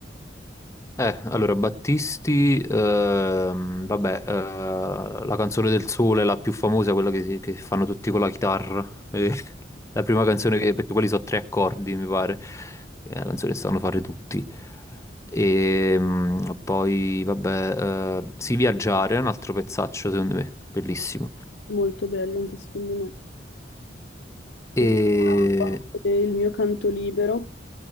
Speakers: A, on the left (about 15°); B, on the left (about 80°).
A: Eh, allora, Battisti, ehm, vabbè, eh, la canzone del sole, la più famosa, quella che, si- che fanno tutti con la chitarra. <laughs> eh, la prima canzone che, perché quelli sono tre accordi, mi pare. È la canzone che sanno fare tutti. E mm, poi, vabbè, eh, Si Viaggiare è un altro pezzaccio, secondo me, bellissimo.
B: molto bello anche secondo me.
A: E...
B: Mi piace eh, il mio canto libero